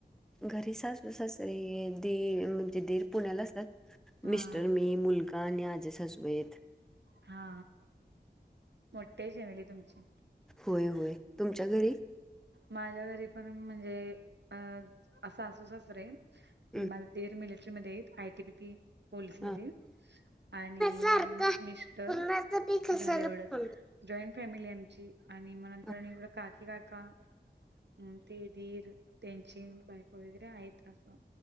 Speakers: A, in the centre; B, on the right.
A: घरी सासू सासरी दी म्हणजे दीर पुण्याला असतात
B: हा
A: मिस्टर मी मुलगा आजल सासूबाई आहेत
B: हा मोठ्या फेमली तुमची
A: होय होय तुमच्या घरी
B: माझ्या घरी पण म्हणजे अ सासू-सासरे
A: हं
B: माल देर मिलिटरी ममध्ये आहेत आयटीबी पी पोलीस
A: हां.
B: मध आणि
A: सारखं
B: मिस्टर
A: कुणाचा बी कशाला
B: झाले एवढंच
A: फोन
B: जॉईंट फॅमिली आमची आणि मग नंतरकडं
A: हां
B: काकी काका म ते धीर त्यांची बायक वगैरे आहेत असं